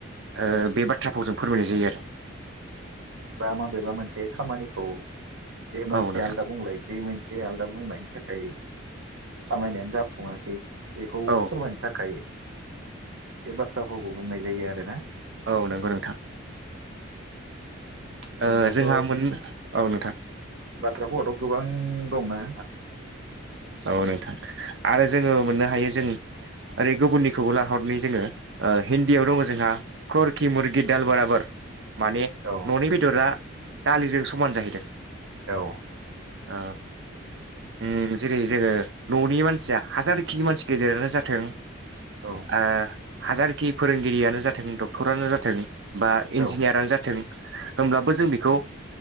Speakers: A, on the right (about 60°); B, on the right (about 75°).
A: ओ बे बाथ्राभावजों फोरमायनाय जायो आरो
B: बा माबेबा मोनसे खामानिखौ बे मोनसे
A: औ नोंथां
B: आलदा बुंलाय बे मोनसे आलदा बुंनाय था खाय खामायनायानो जाफुङासै। बेखौ
A: औ
B: फोरमायनो थाखाय बे बाथ्राभावखौ बुंनाय जायो आरो ना।
A: औ नंगौ नोंथां।
B: जोंनियाथ'
A: ओ जोंहा मोन औ नोंथां
B: बाथ्राभावाथ' गोबां दं ना
A: औ नोंथां आरो जोङो मोननो हायो जों ओरै गुबुननि खौबो लाहरनि जोङो ओ हिन्दियाव दङ' जोंहा खरकि मुरगि दाल बराबोर। माने
B: औ
A: न'नि बेदरा दालिजों समान जाहैदों।
B: औ
A: ओ उम जेरै जोङो न'नि मानसिया हाजारखिनि मानसि गेदेरानो जाथों
B: औ
A: ओ हाजारखि फोरोंगिरियानो जाथों डक्टरानो जाथों बा इन्जिनियारानो
B: औ
A: जाथों होमब्लाबो जों बिखौ